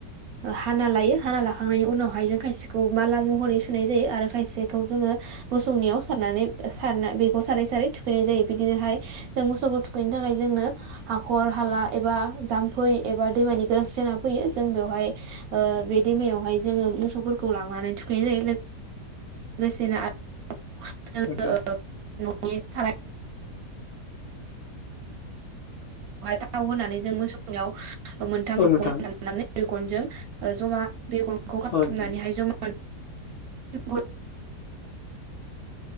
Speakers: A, on the right; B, on the left.
A: ओ हाना लायो हाना लाखांनायनि उनावहाय जों खायसेखौ माला महरै सुनाय जायो आरो खायसेखौ जोङो मोसौनियाव सारनानै सारना बेखौ सारै सारै थुखैनाय जायो बिदिनोहाय जों मोसौखौ थु <unintelligible> थाखाय जोंनो हाखर-हाला एबा जाम्फै एबा दैमानि गोनांथि जाना फैयो जों बेवहाय ओ बेे दैमायावहाय जोङो मोसौफोरखौ लांनानै थुखैनाय जायो लो गोसेनो आ <unintelligible>
B: नोंथां
A: <unintelligible> थाव होनानै जों मोसौनिआव मोनथाम
B: औ नोंथां
A: <unintelligible> गनजों ओ ज'मा बेगरखौ <unintelligible>
B: औ नोंथां
A: <unintelligible>